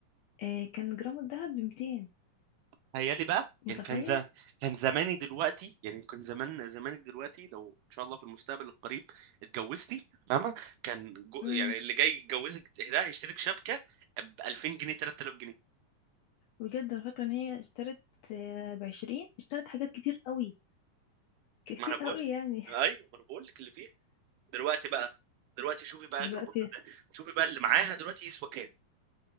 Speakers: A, on the left; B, on the right.
A: آه، كان جرام الذهب ب 200
B: تخيلي بقى
A: متخيل
B: يعني كان ز... كان زماني دلوقتي يعني كان زمان زمانك دلوقتي لو ان شاء الله في المستقبل القريب اتجوزتي فاهمه كان جو...
A: امم
B: يعني اللي جاي يتجوزك ده هيشترك شبكه ب 2000 جنيه 3000 جنيه
A: بجد انا فاكره ان هي اشترت آه، بعشرين اشترت حاجات كتير قوي كتير
B: ما انا بقول
A: قوي يعني <laughs>
B: ايوه ما انا بقول لك اللي فيه دلوقتي بقى دلوقتي شوفي بقى
A: دلوقتي
B: جرامات ده شوفي بقى اللي معاها دلوقتي يسوى كام